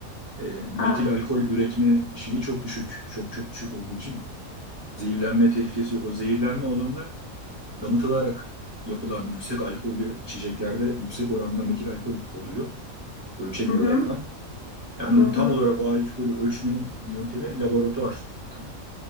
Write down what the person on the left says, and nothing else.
Aa,
hı hı,
hı
hı.